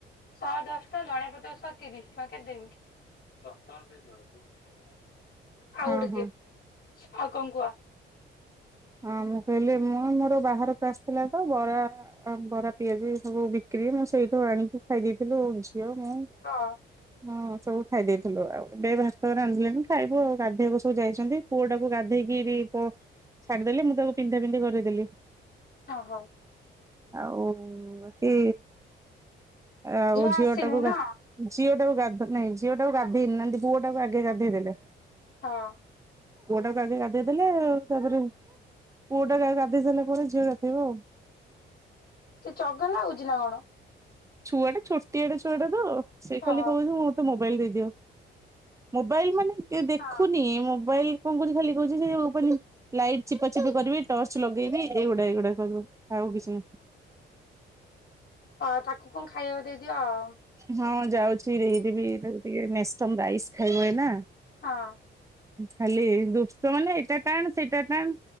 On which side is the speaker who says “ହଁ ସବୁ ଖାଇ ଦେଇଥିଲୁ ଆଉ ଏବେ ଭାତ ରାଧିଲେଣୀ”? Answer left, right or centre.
Right